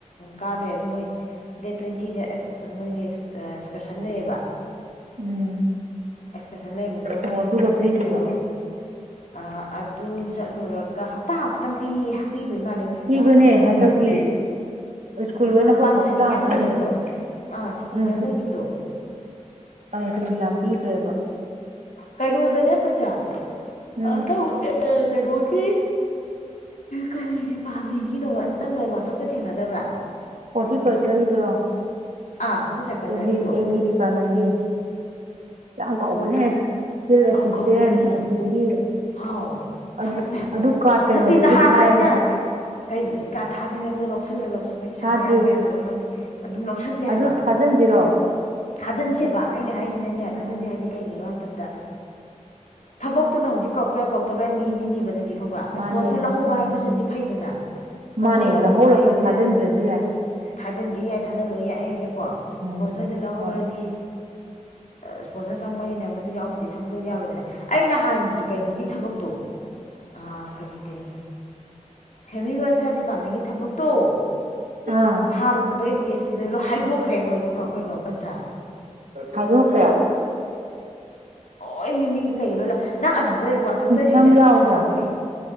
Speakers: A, on the left; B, on the right.
A: ꯀꯥꯗ꯭ꯔꯦ ꯑꯗꯨ ꯃꯣꯏ ꯗꯦꯠ ꯇ꯭ꯋꯦꯟꯇꯤꯗ ꯃꯣꯏꯒꯤ ꯑꯦꯛꯁꯀꯔꯁꯟ ꯂꯩꯌꯦꯕ
B: ꯎꯝ
A: ꯑꯦꯛꯁꯀꯁꯟ ꯂꯩꯕꯗꯣ
B: ꯑꯣ
A: ꯃꯣꯏ
B: ꯑꯗꯨꯒ ꯄꯤꯗꯣꯏꯕ
A: ꯀꯩꯅꯣ ꯑꯥ ꯑꯗ <unintelligible> ꯂꯨꯔꯒ ꯍꯞꯇꯥ ꯑꯃꯈꯛꯇꯪ ꯄꯤ ꯍꯥꯞꯄꯤꯗꯣꯏ ꯏꯃꯜꯂꯦ ꯃꯣꯏ ꯍꯞꯇꯥ
B: ꯄꯤꯕꯅꯦ
A: ꯑꯃꯈꯛꯇꯅꯦ ꯍꯥꯏꯕꯣ
B: ꯍꯟꯗꯛꯇꯤ
A: ꯑꯗꯨꯃ
B: ꯁ꯭ꯀꯨꯜ
A: ꯑꯗꯨ
B: ꯂꯣꯏꯅꯕ
A: ꯃꯣꯏ ꯃꯃꯥꯡꯗ
B: ꯍꯞꯇꯥ
A: ꯁꯨꯇꯤ ꯌꯥꯝ
B: ꯑꯃꯇꯪꯅꯦ
A: ꯂꯩꯈꯤꯕꯗꯣ ꯑꯥ ꯁꯨꯇꯤ
B: ꯎꯝ
A: ꯃꯌꯥꯝ ꯂꯩꯈꯤꯕꯗꯣ ꯌꯥꯝ ꯂꯩꯈꯤꯕꯗꯣ ꯑꯗꯨꯅ
B: ꯑꯗꯨꯗꯤ ꯌꯥꯝ ꯄꯤꯗ꯭ꯔꯦꯕ
A: ꯀꯩꯅꯣꯗꯅꯦ ꯄꯟꯖꯥ
B: ꯎꯝ
A: ꯑꯗ ꯑꯦ ꯀꯩꯅꯣꯒꯤ ꯀꯔꯤ ꯗꯤꯄꯥꯔꯠꯃꯦꯟꯒꯤꯅꯣꯕ ꯅꯪꯅ ꯋꯥꯆꯞꯇ ꯊꯦꯡꯅꯗꯕ꯭ꯔꯥ
B: ꯍꯣꯇꯤ ꯈꯜꯆꯔꯒꯤ ꯗꯨꯔꯣ
A: ꯑꯥ ꯍꯣꯇꯦꯜ ꯁꯔꯀꯜꯆꯔꯒꯤꯗꯣ
B: ꯑꯦ ꯑꯦꯒꯤꯗꯤꯗꯤꯄꯥꯥꯃꯦꯟꯒꯤ ꯌꯥꯝ ꯀꯧꯕꯅꯦ ꯐꯤꯜ ꯑꯦꯁꯤꯁꯇꯦꯟ
A: ꯑꯥꯎ ꯀꯧꯏ ꯃꯤ
B: ꯑꯗꯒꯤ
A: ꯑꯥꯎ
B: ꯑꯗꯨ
A: ꯊꯕꯛ ꯃꯌꯥꯝꯗꯣ
B: ꯑꯗꯨ ꯀꯥꯔꯠ ꯀꯩꯅꯣꯗꯒꯤ
A: ꯅꯠꯇꯦ ꯅꯍꯥꯟ
B: ꯊꯥꯔꯅꯤ
A: ꯑꯩꯅ ꯀꯩ ꯀꯥ ꯊꯥꯗꯣꯏꯅꯦꯗꯣ ꯂꯧꯁꯤꯜꯂ ꯂꯧꯁꯤ ꯑꯩꯈꯣꯏ ꯁꯥ
B: ꯊꯥꯗ꯭ꯔꯤ
A: ꯌꯥꯝꯕ ꯌꯥꯝꯗꯕ ꯈꯪꯗꯦ ꯑꯗꯨꯝ ꯂꯧꯁꯟꯖꯦ
B: ꯑꯗꯨ
A: ꯍꯥꯏꯕ
B: ꯊꯥꯖꯤꯟꯁꯤꯔꯣ
A: ꯊꯥꯖꯤꯟꯁꯦꯕ ꯑꯩꯅ ꯍꯥꯏꯁꯦ ꯁꯤꯅꯅꯦ ꯊꯥꯖꯤꯟꯁꯦ
B: ꯎꯝ
A: ꯍꯥꯏꯖꯤ ꯀꯩꯒꯤꯂꯣ ꯇꯗ <inaudible> ꯊꯕꯛꯇꯨꯅ ꯍꯧꯖꯤꯛ ꯀꯧꯔꯛꯄ ꯌꯥꯏ ꯀꯧꯛꯇꯕ ꯌꯥꯏ ꯃꯦꯕꯤꯅꯦꯕ ꯑꯗꯨꯗꯤ ꯕ
B: ꯃꯥꯅꯦ
A: ꯏꯁꯄꯣꯟꯁꯔ ꯂꯧꯍꯧꯕ
B: ꯎꯝ
A: ꯍꯥꯏꯕꯕꯁꯤꯗꯤ ꯐꯩꯗꯅ ꯏꯁꯄꯣꯟꯁꯔ
B: ꯃꯥꯅꯦ
A: ꯂꯧꯍꯧꯕ
B: ꯂꯧꯍꯧꯔ
A: ꯍꯥꯏꯁꯤꯅ
B: ꯑꯩꯈꯣꯏ ꯊꯥꯖꯤꯟꯗ꯭ꯔꯁꯨ ꯌꯥꯏ
A: ꯊꯥꯖꯤꯟꯒꯦ ꯌꯥꯏ ꯊꯥꯖꯤꯜꯂꯣꯏ ꯌꯥꯏ ꯑꯩ ꯍꯥꯏꯁꯦꯀꯣ
B: ꯎꯝ
A: ꯏꯁꯄꯣꯟꯁꯔꯗꯨ ꯂꯧꯍꯧꯔꯗꯤ
B: ꯍꯣꯏ
A: ꯏꯁꯄꯣꯟꯁꯔ ꯆꯪꯕꯅꯤꯅꯦ ꯃꯗꯨ ꯌꯥꯎꯗ꯭ꯗꯤ ꯊꯕꯛ ꯇꯣ ꯌꯥꯔꯣꯏꯗꯅ ꯑꯩ ꯅꯍꯥꯟꯒꯤ ꯀꯩꯅꯣꯒꯤ ꯊꯕꯛꯇꯣ ꯑꯥ ꯀꯔꯤ ꯀꯔꯤ ꯐꯦꯃꯤꯂꯤ ꯋꯦꯜꯐꯤꯌꯥꯔ ꯗꯤ ꯄꯥꯝꯃꯦꯟꯒꯤ ꯊꯕꯛ ꯇꯣ
B: ꯑꯥ
A: ꯊꯥꯔꯨꯕꯗꯣ ꯑꯦꯝ ꯇꯤ ꯑꯦꯁ ꯀꯤꯗ ꯍꯥꯏꯗꯣꯛꯈ꯭ꯔꯦ ꯍꯣꯏ ꯃꯈꯣꯏ ꯄꯆꯥ
B: ꯍꯥꯢꯗꯣꯛꯈ꯭ꯔꯦ
A: ꯑꯣ ꯃꯤꯃꯤꯡꯒ ꯀꯩꯒ ꯂꯣꯢ ꯅꯪ ꯑꯗꯨꯗ ꯋꯥꯆꯞꯇ
B: ꯅꯪ ꯌꯥꯎꯕ꯭ꯔꯥ
A: ꯊꯥꯗꯣꯔꯛꯄꯗꯤ